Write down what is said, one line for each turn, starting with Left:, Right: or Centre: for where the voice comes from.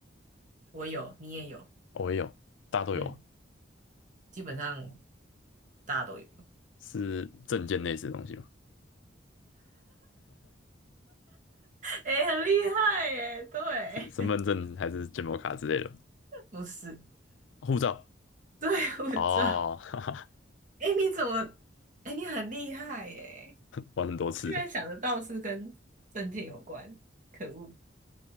Right: 我有，你也有，
Left: 哦我也有，大家都有啊，
Right: 嗯，基本上大家都有。<laughs>
Left: 是证件类似的东西吗？
Right: 哎，很厉害耶！对，
Left: 身份证还是建模卡之类的，
Right: <laughs> 不是，
Left: 护照
Right: 对，护照，
Left: 哦，<laughs> 哈哈，
Right: 哎，你怎么？哎，你很厉害耶！
Left: 玩很多次。
Right: 居然想得到是跟证件有关，可恶！